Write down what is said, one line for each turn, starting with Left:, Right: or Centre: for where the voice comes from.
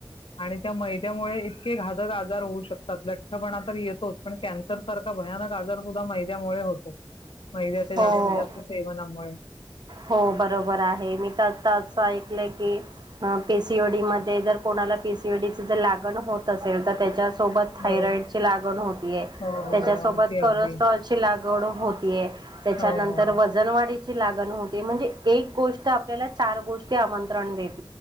Left: आणि त्यां मैद्यामुळे इतके घातक आजा आजार होऊ शकतात लठ्ठपणां तर येतोचं पण कॅन्सर सारखा भयानक आजार सुद्धा मैद्यामुळे होतो मद्याच्या
Right: हो
Left: जास्तीत जास्त सेवनामुळे
Right: हो बरोबर आहे मी तरं आता असं ऐकलंय की अ पीसीओडी मध्यें जर कोणाला पीसीओडीची जर लागण होतं असेल तर त्यांच्या सोबत थायरॉइड
Left: बरं.
Right: ची लागणं होतीय
Left: हो, हो.
Right: त्यांच्यासोबत
Left: अगदी, अगदी.
Right: कोलेस्टेरॉल ची लागवड होतीय त्यांच्यानंतर
Left: हो, हो.
Right: व जनवाडीची लागणं होते म्हणजे एक गोष्ट आपल्यांला चार गोष्टीं आमंत्रण देते